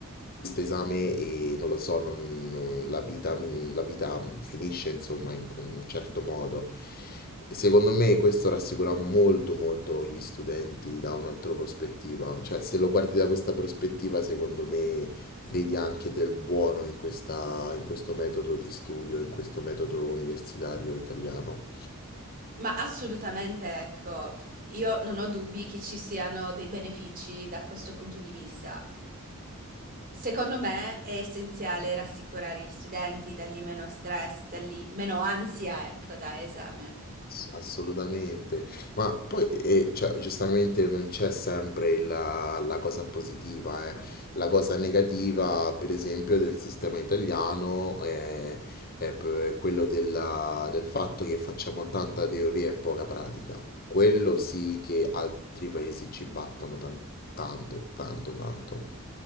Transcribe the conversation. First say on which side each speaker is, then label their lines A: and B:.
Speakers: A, on the left (about 40°); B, on the right (about 40°).
A: questo esame e non lo so, non- non- la vita, mi- la vita finisce insomma in con un certo modo. E secondo me questo rassicura molto molto gli studenti da un'altra prospettiva, cioè se lo guardi da questa prospettiva secondo me vedi anche del buono in questa- in questo metodo di studio, in questo metodo universitario italiano.
B: Ma assolutamente, ecco, io non ho dubbi che ci siano dei benefici da questo punto di vista. Secondo me è essenziale rassicurare gli studenti, dargli meno stress, dargli meno ansia, ecco, da esame.
A: Ass- Assolutamente, ma poi eh, cioè, giustamente non c'è sempre la, la cosa positiva, eh. La cosa negativa, per esempio, del sistema italiano è, è p- quello della- del fatto che facciamo tanta teoria e poca pratica. Quello sì che altri paesi ci battono tan- tanto, tanto, tanto.